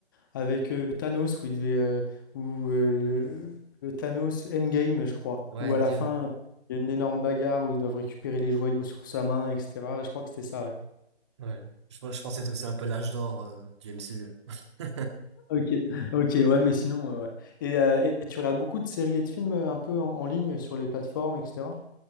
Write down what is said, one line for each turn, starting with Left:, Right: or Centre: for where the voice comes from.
Left: avec euh, Thanos, où il devait, euh, où, euh, le Thanos Endgame, je crois,
Right: Ouais,
Left: où à
Right: Endgame.
Left: la fin, il y a une énorme bagarre où ils doivent récupérer les joyaux sur sa main, etc. Je crois que c'était ça, ouais.
Right: Ouais. Je, je pensais que c'était un peu l'âge d'or euh, du MCU. <laughs>
Left: Ok, ok, ouais, mais sinon, euh, ouais. Et, euh, et tu regardes beaucoup de séries et de films euh, un peu en, en ligne sur les plateformes, etc.